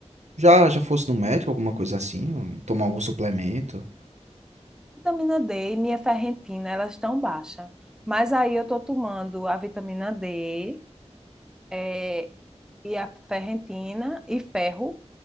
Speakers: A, on the right (about 75°); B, in the centre.
A: já já fosse no médico, alguma coisa assim, ou tomar algum suplemento.
B: Vitamina D e minha ferritina, elas estão baixas. Mas aí eu tô tomando a vitamina D, eh, e a ferritina e ferro.